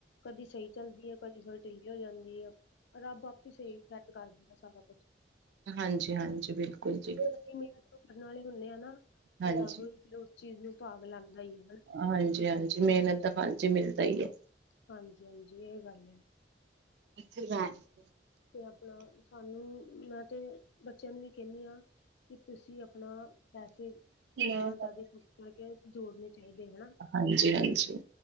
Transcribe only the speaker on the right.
ਹਾਂਜੀ -ਹਾਂਜੀ, ਬਿਲਕੁਲ ਜੀ -ਬਿਲਕੁਲ।
ਹਾਂਜੀ।
ਹਾਂਜੀ -ਹਾਂਜੀ, ਮਿਹਨਤ ਦਾ ਫਲ ਜੀ ਮਿਲਦਾ ਹੀ ਐ।
ਅੱਥਰ ਗ <unintelligible>
ਕਿਆ
ਥਾ
ਹਾਂਜੀ ਈ ਹਾਂਜੀ ਈ